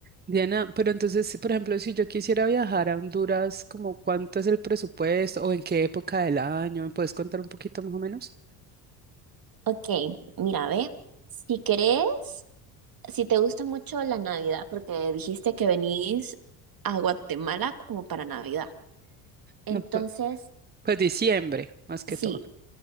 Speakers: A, on the right (about 20°); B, on the right (about 50°).
A: Diana, pero entonces, por ejemplo, si yo quisiera viajar a Honduras, como cuánto es el presupuesto o en qué época del año? ¿Me puedes contar un poquito más o menos?
B: Ok, mira, ve, si querés, si te gusta mucho la Navidad, porque dijiste que venís a Guatemala como para Navidad, entonces,
A: No, pu- pues, diciembre, más que
B: sí,
A: todo.